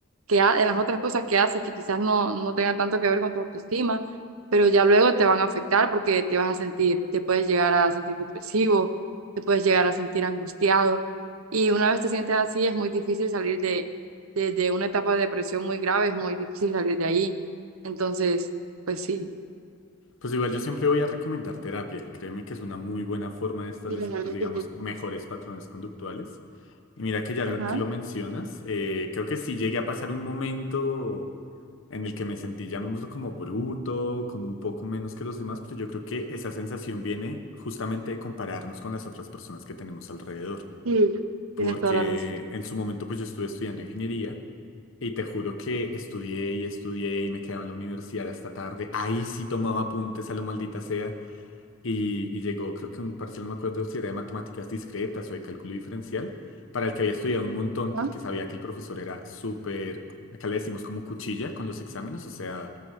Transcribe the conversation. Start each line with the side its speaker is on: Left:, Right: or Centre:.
Right: que ha- en las otras cosas que haces que quizás no, no tengan tanto que ver con tu autoestima, pero ya luego te van a afectar porque te vas a sentir, te puedes llegar a sentir depresivo, te puedes llegar a sentir angustiado, y una vez te sientes así es muy difícil salir de desde una etapa de depresión muy grave, es muy difícil salir de ahí. Entonces, pues sí.
Left: Pues igual yo siempre voy a recomendar terapia. Créeme que es una muy buena forma de establecer,
Right: Sí, la verdad
Left: pues
Right: es
Left: digamos,
Right: que sí.
Left: mejores patrones conductuales. Y mira que ya
Right: Ajá.
Left: que lo mencionas, eh, creo que sí llegué a pasar un momento en el que me sentí, llamémoslo como bruto, como un poco menos que los demás, pero yo creo que esa sensación viene justamente de compararnos con las otras personas que tenemos alrededor.
Right: Sí,
Left: porque
Right: tienes toda la razón.
Left: en su momento pues yo estuve estudiando ingeniería y te juro que estudié y estudié y me quedaba en la universidad hasta tarde. Ahí sí tomaba apuntes a lo maldita sea y, y llegó creo que un parcial, no me acuerdo si era de matemáticas discretas o de cálculo diferencial, para el que había estudiado un montón
Right: Ajá.
Left: porque sabía que el profesor era súper, acá le decimos como cuchilla con los exámenes, o sea,